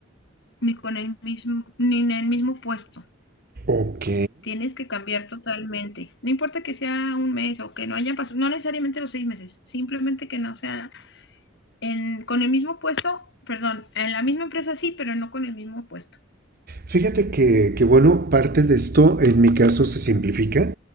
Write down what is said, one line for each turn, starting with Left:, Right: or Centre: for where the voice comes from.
Left: ni con el mismo, ni en el mismo puesto.
Right: Ok.
Left: Tienes que cambiar totalmente. No importa que sea un mes o que no hayan pasado, no necesariamente los seis meses, simplemente que no sea en, con el mismo puesto, perdón, en la misma empresa sí, pero no con el mismo puesto.
Right: Fíjate que, que, bueno, parte de esto en mi caso se simplifica